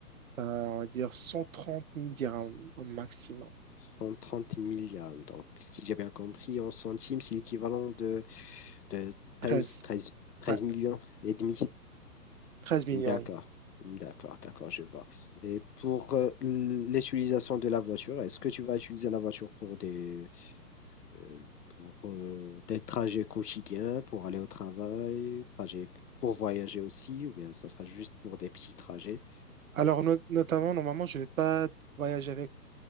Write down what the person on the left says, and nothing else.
130 milliards. Donc, si j'ai bien compris, en centimes, c'est l'équivalent de, de 13,
13, 13
millions et demi.
D'accord,
d'accord, d'accord, je vois. Et pour euh, l'utilisation de la voiture, est-ce que tu vas utiliser la voiture pour des, euh, pour euh, des trajets quotidiens, pour aller au travail, trajets pour voyager aussi, ou bien ça sera juste pour des petits trajets.